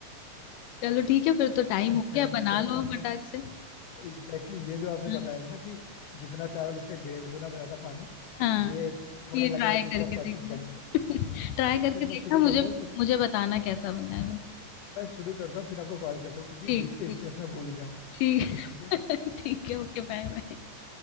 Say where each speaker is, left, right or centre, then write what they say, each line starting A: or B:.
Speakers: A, on the left (about 80°); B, on the left (about 65°).
A: चलो ठीक है फिर तो टाइम
B: बट
A: हो
B: थैंक
A: गया बना
B: यू यार
A: लो
B: आपने
A: फटाक से
B: एग्जैक्टली exactly ये जो आपने
A: हाँ
B: बताया था ना कि जितना चावल उससे डेढ़ गुना ज्यादा पानी
A: हाँ
B: ये थोड़ा
A: ये
B: लग
A: ट्राई
B: रहा है कि इस
A: करके
B: बार परफेक्ट
A: देखना
B: बनेगा
A: <laughs> ट्राई
B: तो
A: करके
B: फिर
A: देखना
B: मैं शुरू
A: मुझे
B: करता हूँ क्योंकि
A: मुझे बताना कैसा बना है
B: मैं शुरू करता हूँ फिर आपको कॉल करता हूँ क्योंकि
A: ठीक
B: बीच के
A: ठीक
B: स्टेप्स में भूल गया हूँ
A: ठीक
B: ठीक है
A: <laughs> ठीक है
B: ओके
A: ओके बाय बाय